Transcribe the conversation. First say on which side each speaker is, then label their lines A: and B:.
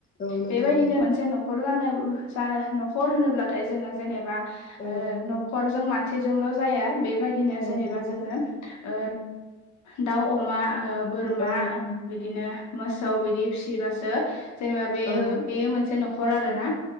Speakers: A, on the left; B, on the left.
A: औ नंगौ
B: बेबायदिनो
A: नोंथां
B: मोनसे नखर नखर जानो-जा-नखर होनोब्लाथाय जोंङो जेनेबा
A: औ
B: नखरजों <unintelligible> <unintelligible> जाया बेबायदिनो
A: औ
B: जेनेबा
A: नंगौ
B: जोंङो
A: नोंथां
B: ओ दाउ, अमा ओ बोरमा
A: औ
B: बिदिनो मोसौ बिदि फिसिबासो जेनेबा बे-बे
A: औ
B: मोनसे नखर। नखर आरोना